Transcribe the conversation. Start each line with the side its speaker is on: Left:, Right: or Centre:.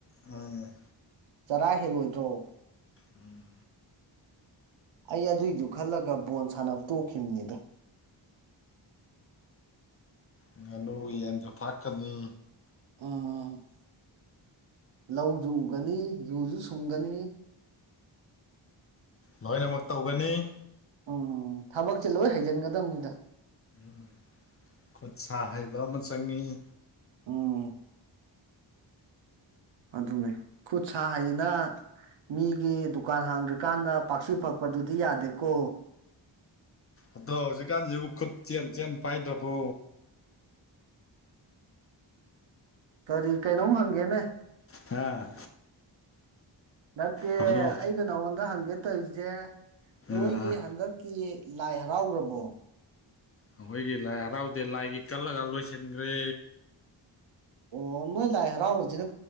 Left: ꯃꯥꯅꯦ
Right: ꯆꯔꯥ ꯍꯦꯜꯂꯣꯏꯗ꯭ꯔꯣ
Left: ꯎꯝ
Right: ꯑꯩ ꯑꯗꯨꯏꯗꯨ ꯈꯜꯂꯒ ꯕꯣꯜ ꯁꯥꯟꯅꯕ ꯇꯣꯛꯈꯤꯕꯅꯤꯗ
Left: ꯉꯥꯅꯨ ꯌꯦꯟꯗ ꯊꯥꯛꯀꯅꯤ
Right: ꯎꯥ ꯂꯧꯁꯨ ꯎꯒꯅꯤ ꯌꯨꯖꯨ ꯁꯨꯡꯒꯅꯤ
Left: ꯂꯣꯏꯅꯃꯛ ꯇꯧꯒꯅꯤ
Right: ꯎꯝ ꯊꯕꯛꯁꯦ ꯂꯣꯏ ꯍꯩꯖꯤꯟꯒꯗꯕꯅꯤꯗ
Left: ꯎ ꯈꯨꯠ ꯁꯥ ꯍꯩꯕ ꯑꯃ ꯆꯪꯉꯤ
Right: ꯑꯝ ꯑꯗꯨꯅꯦ ꯈꯨꯠ ꯁꯥ ꯍꯩꯅ ꯃꯤꯒꯤ ꯗꯨꯀꯥꯟ ꯍꯥꯡꯗ꯭ꯔꯤꯀꯥꯟꯗ ꯄꯥꯛꯁꯤ ꯐꯛꯄꯗꯨꯗꯤ ꯌꯥꯗꯦꯀꯣ
Left: ꯑꯗꯣ ꯍꯧꯖꯤꯛꯀꯥꯟꯁꯤꯕꯨ ꯈꯨꯠ ꯆꯦꯟ ꯆꯦꯟ ꯄꯥꯏꯗ꯭ꯔꯕꯣ
Right: ꯀꯔꯤ ꯀꯩꯅꯣꯝ ꯍꯪꯒꯦꯅꯦ
Left: ꯍꯥꯥ
Right: ꯅꯠꯇꯦ
Left: ꯍꯪꯉꯣ
Right: ꯑꯩꯅ ꯅꯉꯣꯟꯗ ꯍꯪꯒꯦ ꯇꯧꯔꯤꯁꯦ ꯅꯣꯏꯒꯤ
Left: ꯑꯥ
Right: ꯍꯟꯗꯛꯀꯤ ꯂꯥꯏ ꯍꯔꯥꯎꯈ꯭ꯔꯕꯣ
Left: ꯑꯩꯈꯣꯏꯒꯤ ꯂꯥꯏ ꯍꯔꯥꯎꯗꯦ ꯂꯥꯏꯒꯤ ꯀꯜꯂꯒ ꯂꯣꯏꯁꯤꯟꯈ꯭ꯔꯦ
Right: ꯑꯣ ꯃꯣꯢ ꯂꯥꯢ ꯍꯔꯥꯎꯕꯖꯤꯅ